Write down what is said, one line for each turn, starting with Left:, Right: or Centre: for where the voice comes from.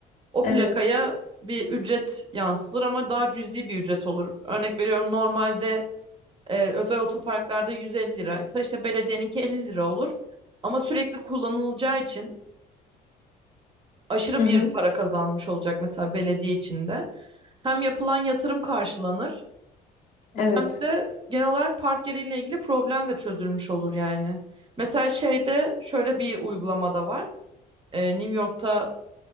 Right: O
Left: Evet.
Right: plakaya bir ücret yansıtılır ama daha cüzi bir ücret olur. Örnek veriyorum normalde e, özel otoparklarda 150 liraysa işte belediyeninki 50 lira olur. Ama sürekli kullanılacağı için aşırı
Left: Hı
Right: bir
Left: hı.
Right: para kazanmış olacak mesela belediye içinde. Hem yapılan yatırım karşılanır
Left: Evet.
Right: hem de genel olarak park yeriyle ilgili problem de çözülmüş olur yani. Mesela şeyde şöyle bir uygulamada var. Ee, New York'ta